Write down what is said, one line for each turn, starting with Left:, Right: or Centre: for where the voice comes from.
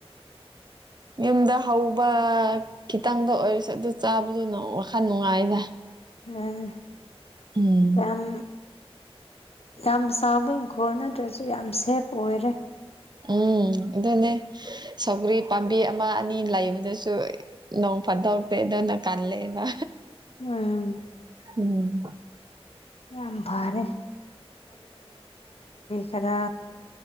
Right: ꯌꯨꯝꯗ ꯍꯧꯕ ꯈꯤꯇꯪꯗ ꯑꯣꯏꯔꯁꯨ ꯑꯗꯨ ꯆꯥꯕꯗꯨꯅ ꯋꯥꯈꯜ ꯅꯨꯡꯉꯥꯏꯗ
Left: ꯎꯝ
Right: ꯎꯝ
Left: ꯌꯥꯝ ꯌꯥꯝ ꯆꯥꯎꯕ ꯏꯪꯈꯣꯜ ꯅꯠꯇ꯭ꯔꯁꯨ ꯌꯥꯝ ꯁꯦꯐ ꯑꯣꯏꯔꯦ
Right: ꯎꯝ ꯑꯗꯨꯅꯦ ꯁꯧꯒ꯭ꯔꯤ ꯄꯥꯝꯕꯤ ꯑꯃ ꯑꯅꯤ ꯂꯩꯕꯗꯁꯨ ꯄꯗꯣꯛꯇꯦꯗꯣꯅ ꯀꯜꯂꯦꯕ
Left: ꯎꯝ
Right: ꯎꯝ
Left: ꯌꯥꯝ ꯐꯔꯦ ꯈꯔ